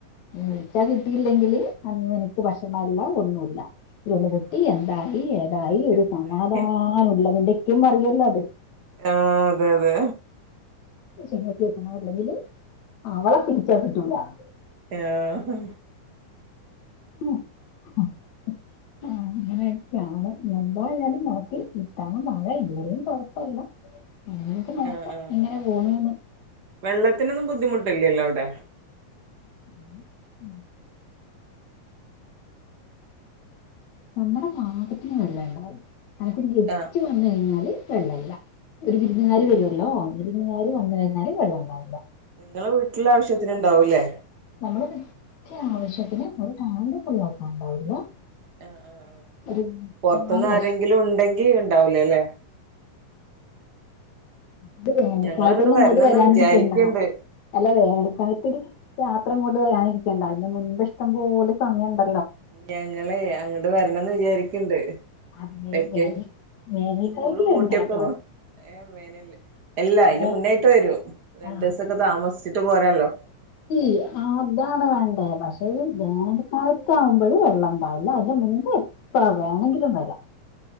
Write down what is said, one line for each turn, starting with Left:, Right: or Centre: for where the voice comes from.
Left: വിളിച്ചാ കിട്ടിയില്ലെങ്കില് അ എനക്ക് ബെഷമം ഇല്ല ഒന്നുല്ല ഇള്ള കുട്ടി
Right: ആഹ്
Left: എന്തായി ഏതായി ഒരു
Right: എന്തായി
Left: സമാധാനുള്ളതിന്റെക്കും അറിയാല്ലോ അത്
Right: ആ അതെതെ
Left: ശനിയക്കിക്കണോ അല്ലെങ്കില് അവളെ പിടിച്ചാ കിട്ടൂല്ലാന്ന്
Right: ആഹ് ഹ്
Left: ഉം ഉം അങ്ങനെയൊക്കെയാണ് എന്തായാലും നോക്ക്. ഇത്തവണ മഴ ഇതുവരെയും കുഴപ്പമല്ല എന്നിട്ട് നോക്കാം.
Right: ആഹ് ആഹ്
Left: ഇങ്ങനെ പോണൂന്ന്
Right: വെള്ളത്തിനൊന്നും ബുദ്ധിമുട്ടില്ലല്ലോ അവിടെ.
Left: <unintelligible> നമ്മുടെ പാകത്തിന് വെള്ളണ്ടാവും നിനക്കൊരു ഗസ്റ്റ്
Right: ആഹ്
Left: വന്നു കഴിഞ്ഞാല് വെള്ളെല്ല ഒരു വിരുന്നുകാര്
Right: അല്ലേ
Left: വര്ല്ലോ വിരുന്നുകാർ വന്നു കഴിഞ്ഞാല് വെള്ളം ഇണ്ടാവുല്ല
Right: നിങ്ങളുടെ വീട്ടിലെ ആവശ്യത്തിന് ഇണ്ടാവൂല്ലേ
Left: നമ്മൾ നിത്യാവശ്യത്തിന് ഒരു താന്ന പൊളി ആക്കാ ഉണ്ടാവില്ല.
Right: ആ ആ ആ
Left: ഒരു
Right: പൊറതത്
Left: നാല്
Right: ന്ന് ആരെങ്കിലും
Left: വർഷം
Right: ഉണ്ടെങ്കിൽ ഉണ്ടാവില്ലല്ലേ
Left: അത് വേനൽക്കാലത്തൊന്നും
Right: ഞങ്ങളങ്ങട്
Left: ഇങ്ങോട്ട്
Right: വരണംന്ന്
Left: വരാനിരിക്കണ്ട
Right: വിചാരിക്ക്ണ്ട്
Left: അല്ല വേനൽക്കാലത്ത് രാ അത്രക്ക് ഇങ്ങോട്ട് വരാൻ നിൽക്കണ്ട. അതിന്റെ മുൻ്പ് ഇഷ്ടം പോലെ സമയം ഉണ്ട
Right: ഞങ്ങളെ അങ്ങട് വരണംന്ന് വിചാരിക്കണ്ട്.
Left: അതിന്
Right: പക്കെ
Left: വേനൽ വേനൽക്കാലത്ത്
Right: സ്കൂള്
Left: വരണ്ടാട്ടോ
Right: പൂട്ടിയപ്പ ഏ വേനല്ല് <unintelligible> അല്ല അയിന്
Left: ഏ
Right: മുനായിട്ട് വെരും. രണ്ട്
Left: ആഹ്
Right: ദിസൊക്കെ താമസിച്ചിട്ട് പോരാലോ
Left: ആ അതാണ് വേ പക്ഷേ വേനൽ കാലത്താകുമ്പോഴും വെള്ളംണ്ടാവില്ല അതിന്റെ മുൻപ് എപ്പ വേണമെങ്കിലും വരാം